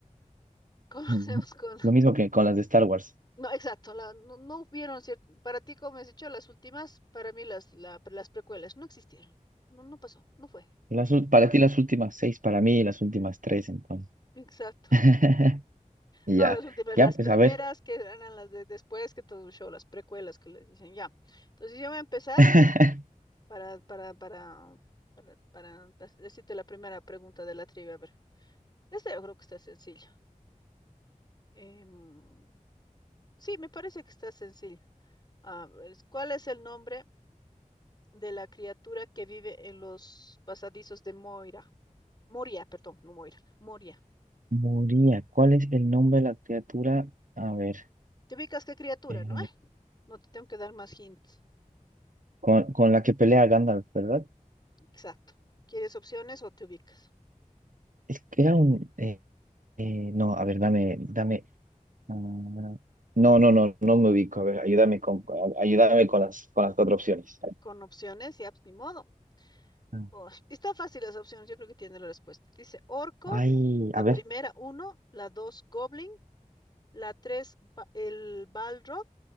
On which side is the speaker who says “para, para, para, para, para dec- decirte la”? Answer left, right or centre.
Left